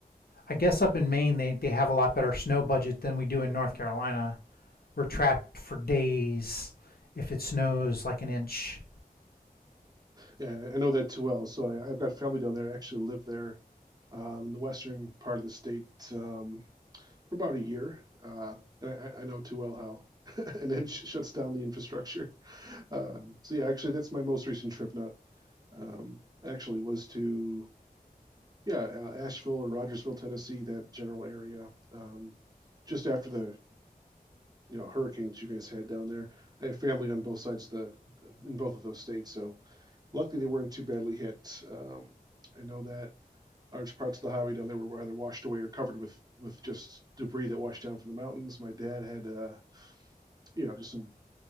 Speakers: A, on the left (about 80°); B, on the right (about 25°).
A: I guess up in Maine they, they have a lot better snow budget than we do in North Carolina. We're trapped for days if it snows like an inch.
B: yeah, I know that too well. So I, I've got family down there. I actually live there um, in the western part of the state um, for about a year. Uh, and I, I- I know too well how. <laughs> and then sh- shuts down the infrastructure. <laughs> Uh, so yeah, actually, that's my most recent trip. Not um, actually was to Yeah, uh, Asheville or Rogersville, Tennessee, that general area. Um, just after the you know hurricane that you guys had down there, I have family on both sides of the in both of those states. So luckily they weren't too badly hit. Um, I know that large parts of the highway down there were either washed away or covered with with just debris that washed down from the mountains. My dad had uh, you know just some